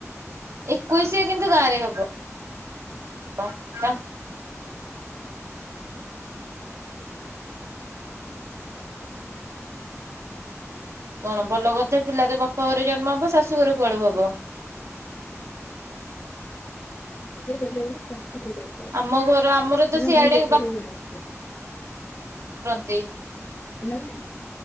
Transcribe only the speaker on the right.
ଏକୋଇସିଆ କିନ୍ତୁ ଗାଁରେ ହବ। ହଁ ତା କଣ ଭଲ କଥା ପିଲା ତ ବାପା ଘରେ ଜନ୍ମ ହବ ଶାଶୁଘର କୁଆଡେ ହବ।
ଆମ ଘର ଆମର ତ
ସିଆଡେ
ରନ୍ତି।